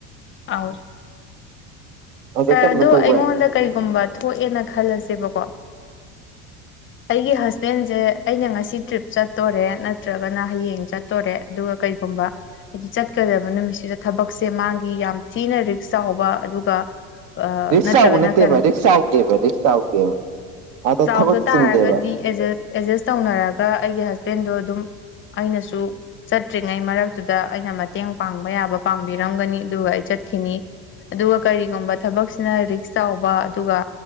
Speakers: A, on the left (about 35°); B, on the right (about 65°).
A: ꯑꯥꯎ
B: ꯑꯗꯨ
A: ꯁꯥꯔ
B: ꯀꯔꯝꯕꯅ
A: ꯑꯗꯣ
B: ꯇꯧꯕ
A: ꯑꯩꯉꯣꯟꯗ
B: ꯌꯥꯏ
A: ꯀꯔꯤꯒꯨꯝꯕ ꯊꯣꯛꯑꯦꯅ ꯈꯜꯂꯁꯦꯕꯀꯣ ꯑꯩꯒꯤ ꯍꯁꯕꯦꯟꯁꯦ ꯑꯩꯅ ꯉꯁꯤ ꯇ꯭ꯔꯤꯞ ꯆꯠꯇꯣꯔꯦ ꯅꯠꯇ꯭ꯔꯒꯅ ꯍꯌꯦꯡ ꯆꯠꯇꯣꯔꯦ ꯑꯗꯨꯒ ꯀꯩꯒꯨꯝꯕ ꯍꯥꯏꯗꯤ ꯆꯠꯀꯗꯕ ꯅꯨꯃꯤꯠꯁꯤꯗ ꯊꯕꯛꯁꯦ ꯃꯥꯒꯤ ꯌꯥꯝ ꯊꯤꯅ ꯔꯤꯛꯁ ꯆꯥꯎꯕ ꯑꯗꯨꯒ ꯑꯥ
B: ꯔꯤꯛꯁ
A: ꯅꯠꯇ꯭ꯔꯒꯅ
B: ꯆꯥꯎꯕ ꯅꯠꯇꯦꯕ
A: ꯐꯦꯃꯤꯂꯤ
B: ꯔꯤꯛꯁ ꯆꯥꯎꯗꯦꯕ ꯔꯤꯛꯁ ꯆꯥꯎꯗꯦꯕ ꯑꯗ
A: ꯆꯥꯎꯗ
B: ꯊꯕꯛꯇꯤ
A: ꯇꯥꯔꯒꯗꯤ
B: ꯆꯤꯟꯗꯦꯕ
A: ꯑꯦꯖꯁ ꯑꯦꯖꯁ ꯇꯧꯅꯔꯒ ꯑꯩꯒꯤ ꯍꯁ ꯄꯦꯟꯗꯣ ꯑꯗꯨꯝ ꯑꯩꯅꯁꯨ ꯆꯠꯇ꯭ꯔꯤꯉꯩ ꯃꯔꯛꯇꯨꯗ ꯑꯩꯅ ꯃꯇꯦꯡ ꯄꯥꯡꯕ ꯌꯥꯕ ꯄꯥꯡꯕꯤꯔꯝꯒꯅꯤ ꯑꯗꯨꯒ ꯑꯩ ꯆꯠꯈꯤꯅꯤ ꯑꯗꯨꯒ ꯀꯔꯤꯒꯨꯝꯕ ꯊꯕꯛꯁꯤꯅ ꯔꯤꯛꯁ ꯆꯥꯎꯕ ꯑꯗꯨꯒ